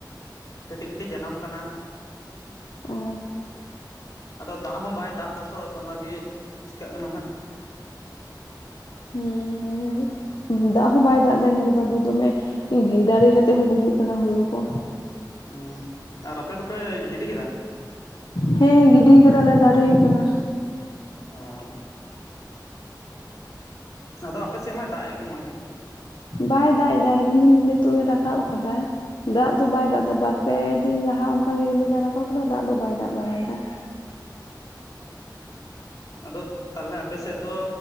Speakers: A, on the left (about 55°); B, on the left (about 85°).
A: ᱠᱟᱹᱴᱤᱡ ᱠᱟᱹᱴᱤᱡ ᱡᱟᱱᱟᱢ ᱟᱠᱟᱱᱟ᱾
B: ᱚ
A: ᱟᱫᱚ ᱫᱟᱜ ᱦᱚᱸ ᱵᱟᱭ ᱫᱟᱜ ᱮᱫᱟᱛᱚ ᱟᱫᱚ ᱚᱱᱟᱜᱮ ᱪᱤᱠᱟᱹᱜ ᱠᱟᱱᱟ ᱦᱟᱸᱜ?
B: ᱦᱩᱸ
A: ᱦᱩᱸ
B: ᱫᱟᱜ ᱦᱚᱸ ᱵᱟᱭᱼᱼ ᱫᱟᱜ ᱫ ᱱᱤᱭᱟᱹ ᱵᱟ ᱫᱚ ᱫᱚᱢᱮ ᱜᱮᱸᱫᱟᱨᱮ ᱠᱟᱛᱮᱮᱫ ᱦᱚᱸ ᱜᱩᱡᱩᱜ ᱠᱟᱱᱟ ᱦᱩᱲᱩ ᱠᱚ
A: ᱦᱮᱸᱻ ᱟᱨ ᱟᱯᱮ ᱫᱚᱯᱮ ᱜᱤᱰᱤ ᱠᱮᱫᱟ?
B: ᱦᱮᱸ ᱜᱤᱰᱤ ᱟᱠᱟᱫᱟ ᱞᱮ ᱫᱟᱨᱮ ᱟᱠᱟᱱᱟ᱾
A: ᱚᱸ ᱟᱫᱚ ᱟᱯᱮ ᱥᱮᱫ ᱢᱟᱭ ᱫᱟᱜ ᱮᱫ ᱜᱮ ᱢᱚᱡᱽ ᱜᱮᱼᱼ
B: ᱵᱟᱭ ᱫᱟᱜ ᱮᱫᱟ ᱨᱤᱢᱤᱞ ᱱᱤᱛᱚᱜ ᱜᱮ ᱨᱟᱠᱟᱵ ᱟᱠᱟᱫᱟᱭ᱾ ᱫᱟᱜ ᱫᱚ ᱵᱟᱭ ᱫᱟᱜ ᱮᱫᱟ ᱵᱟᱨᱼᱯᱮ ᱫᱤᱱ ᱞᱟᱦᱟ ᱚᱱᱠᱟ ᱜᱮ ᱨᱤᱢᱤᱞᱮ ᱨᱟᱠᱟᱵ ᱠᱟᱫᱟ ᱫᱟᱜ ᱫᱚ ᱵᱟᱭ ᱫᱟᱜ ᱵᱟᱲᱟᱭᱮᱫᱟ᱾
A: ᱚᱸ ᱟᱫᱚ ᱛᱟᱦᱚᱞᱮ ᱟᱯᱮᱥᱮᱫ ᱫᱚ